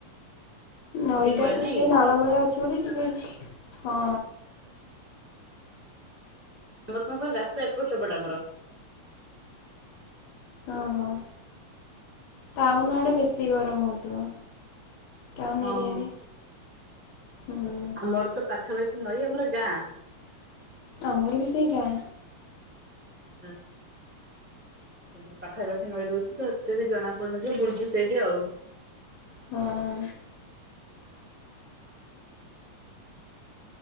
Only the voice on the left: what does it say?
ନଈଟା
ସେଇ ନାଳ ଭଳିଆ ଅଛି ବୋଲି ଟିକେ ହଁ।
ଓ ହୋ। ଟାଉନ ଆଡେ ବେଶୀ ଗରମ ହଉଥିବ ଟାଉନ
ଏରିଆରେ ହୁଁ
ଆମର ବି ସେଇ ଗାଁ।
ହଁ